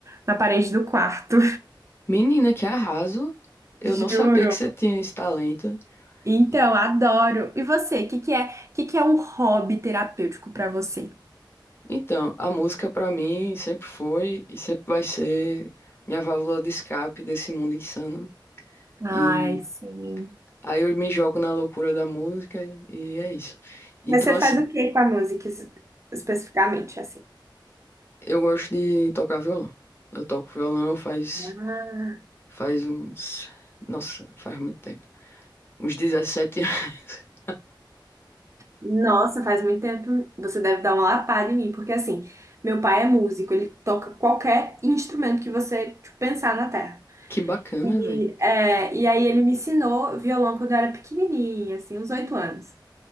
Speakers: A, on the right; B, on the left.
A: na parede do quarto.
B: menina, que arraso. Eu
A: <laughs>
B: não sabia
A: Juro.
B: que você tinha esse talento.
A: Então,
B: E-
A: adoro. E você, o que que é, que que é um hobby terapêutico pra você?
B: Então, a música pra mim sempre foi e sempre vai ser minha válvula de escape desse mundo insano.
A: Ai,
B: E
A: sim.
B: aí eu me jogo na loucura da música e é isso. Então,
A: Mas você
B: assim.
A: faz o que com a música es- especificamente, assim?
B: Eu gosto de tocar violão. Eu toco violão faz,
A: Ah,
B: faz uns. Nossa, faz muito tempo. Uns 17 anos. <laughs>
A: Nossa, faz muito tempo. Você deve dar uma lapada em mim, porque assim, meu pai é músico, ele toca qualquer instrumento que você tipo, pensar na terra.
B: Que bacana,
A: E,
B: velho.
A: é, e aí ele me ensinou violão quando eu era pequenininha, assim, uns oito anos.